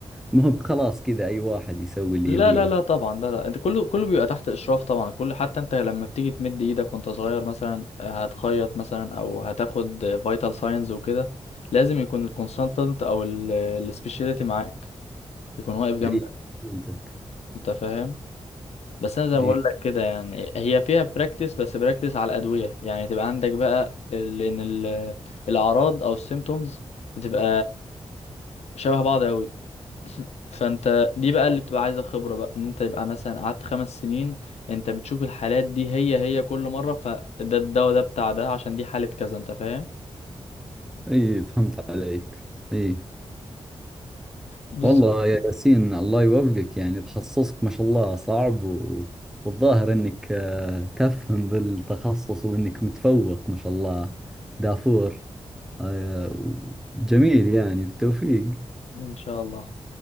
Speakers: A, in the centre; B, on the left.
A: ما هو بخلاص كذا أي واحد يسوي اللي
B: لا
A: يبيه
B: لا لا طبعا لا لا انت كله كله بيبقى تحت اشراف طبعا كل حتى انت لما بتيجي تمد ايدك وانت صغير مثلا آه، هتخيط مثلا او هتاخد فيتال ساينز وكده لازم يكون الكونسلتنت او السبيشاليتي معاك يكون واقف جنبك
A: أي فهمتك
B: انت فاهم بس انا زي ما
A: أي
B: بقول لك كده يعني هي فيها براكتس بس براكتس على الادويه يعني تبقى عندك بقى ال- ان ال- الاعراض او السيمتومز بتبقى شبه بعض قوي فانت دي بقى اللي بتبقى عايزه خبره بقى ان انت يبقى مثلا قعدت خمس سنين انت بتشوف الحالات دي هي هي كل مره فده الدواء ده بتاع ده عشان دي حاله كذا انت فاهم
A: أي فهمت عليك أي
B: بالظبط
A: والله يا ياسين الله يوفقك يعني تخصصك ما شاء الله صعب و... والظاهر إنك آه، تفهم بالتخصص وإنك متفوق ما شاء الله دافور آه، جميل يعني بالتوفيق
B: ان شاء الله